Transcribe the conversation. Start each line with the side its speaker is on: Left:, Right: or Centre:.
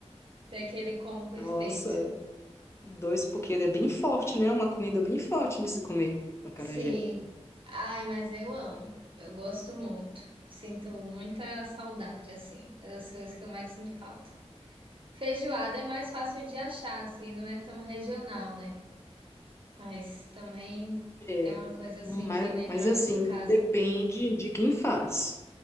Right: ter aquele combo perfeito.
Left: Nossa. Dois, porque ele é bem forte, né? É uma comida bem forte de se comer, o acarajé.
Right: Sim. Ai, mas eu amo. Eu gosto muito. Sinto muita saudade, assim. É das coisas que eu mais sinto falta. Feijoada é mais fácil de achar, assim, não é tão regional, né? Mas também
Left: É,
Right: é uma coisa, assim,
Left: mas,
Right: que lembra
Left: mas assim,
Right: muito casa.
Left: depende de quem faz.